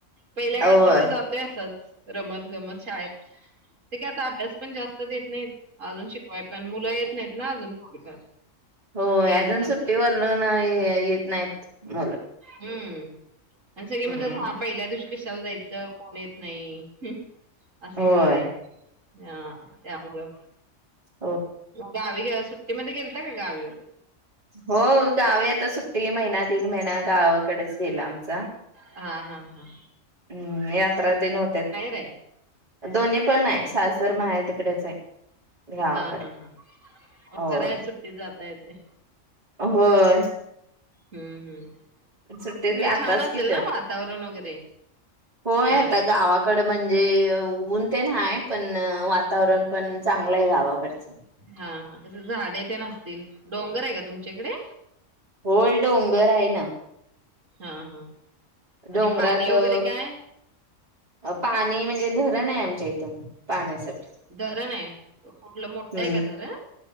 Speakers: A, on the right; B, on the right.
A: पहिल्या एक
B: होय
A: आठवडा जातोय असाच. रमत गमत शाळेत ते का आता अभ्यास पण जास्त देत नाही. अजून शिकवाय पण मुलं येत नाहीत ना अजून थोडीफार
B: हो,
A: गैरच
B: अजून
A: असतात.
B: सुट्टीवर वर्ण नाय, येत नाहीत मुलं
A: हम. आणि सगळे म्हणत्यात
B: हम्म
A: हा पहिल्या दिवशी कशाला जायचं कोण येत नाही. असं
B: होय
A: होते हा त्यामुळं
B: हो
A: गावी सुट्टीमध्ये गेलता का गावी?
B: हो गावी आता सुट्टी महिना दीड महिना गावाकडेच गेला आमचा.
A: हा हा हां.
B: हम्म यात्रा तेन होत्या
A: आहे?
B: दोन्ही पण हाय सासर माहेर. इकडेच आहे. गावाकडे
A: हा हा हा
B: होय
A: बरं आहे सुट्टीत जाता यतय.
B: होय.
A: हम्म हम्म.
B: सुट्टीत
A: तिकडे
B: ग आताच
A: छान असेल
B: की
A: ना
B: एवढं
A: वातावरण वगैरे
B: होय
A: गावी?
B: आता गावाकड म्हणजे ऊन ते हाय पण वातावरण. पण चांगलय गावाकडचं.
A: हा तीथ झाडे तेन असतील डोंगर आहे का तुमच्याकडे.
B: होय डोंगर हाय ना.
A: हा हा. आणि
B: डोंगरात
A: पाणी वगैरे
B: अ
A: काय.
B: पाणी म्हणजे धरण आहे, आमच्या इथं पाण्यासाठी.
A: धरण हाय कुठलं मोठंय
B: हम्म
A: का धरण.